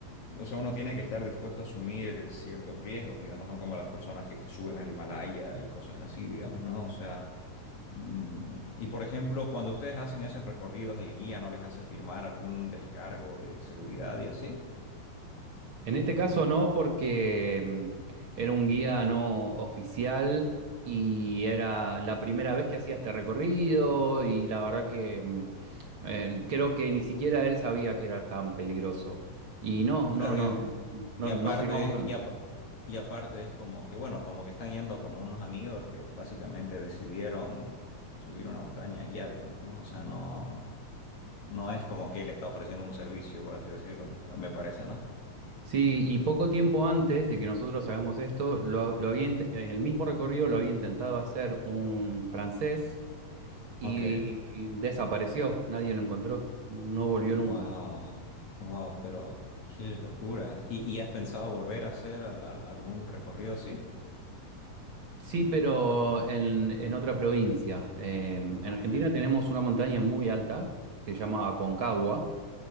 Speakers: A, on the left; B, on the right.
A: o sea, uno tiene que estar dispuesto a asumir ciertos riesgos, digamos, ¿no? Como las personas que suben al Himalaya y cosas así, digamos, ¿no? O sea... Mm, Y por ejemplo, cuando ustedes hacen esos recorridos, el guía no les hace firmar algún descargo de seguridad y así.
B: En este caso no, porque mm, era un guía no oficial y era la primera vez que hacía este recorrido y la verdad que mm, eh, creo que ni siquiera él sabía que era tan peligroso. Y no,
A: Claro,
B: no, no,
A: ya.
B: no,
A: Y
B: no, no
A: aparte,
B: firmamos nada.
A: y, apa- y aparte es como que, bueno, como que están yendo como unos amigos que básicamente decidieron subir una montaña y ya, digamos, ¿no? O sea, no, no es como que él está ofreciendo un servicio, por así decirlo, me parece, ¿no?
B: Sí, y poco tiempo antes de que nosotros hagamos esto, lo, lo había, int- en el mismo recorrido lo había intentado hacer un francés y
A: Ok.
B: desapareció, nadie lo encontró, no volvió
A: Wow,
B: nunca.
A: wow, pero qué locura. ¿Y, y has pensado volver a hacer al- al- algún recorrido así?
B: Sí, pero en, en otra provincia. Eh, en
A: Ok,
B: Argentina tenemos una montaña muy alta que se llama Aconcagua